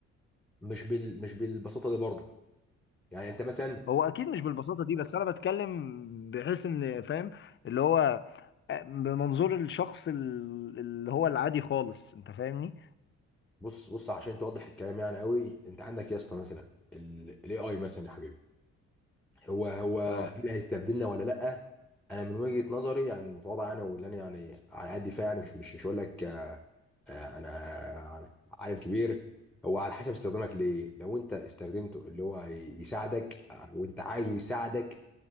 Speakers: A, in the centre; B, on the left.
A: مش بال مش بالبساطه دي برضه يعني انت مثلا
B: هو أكيد مش بالبساطة دي بس أنا بتكلم بحيث إن فاهم اللي هو بمنظور الشخص ال- اللي هو العادي خالص انت فاهمني
A: بص بص عشان توضح الكلام يعني قوي انت عندك يا اسطى مثلا الاي اي مثلا يا حبيبي هو هو هل
B: اه
A: هيستبدلنا ولا لا انا من وجهه نظري يعني المتواضعه انا واللي انا يعني على قد فيها يعني مش مش مش هقول لك آه، آه، انا أنا عالم كبير هو على حسب استخدامك ليه لو انت استخدمته اللي هو هي- يساعدك آه، وانت عايزه يساعدك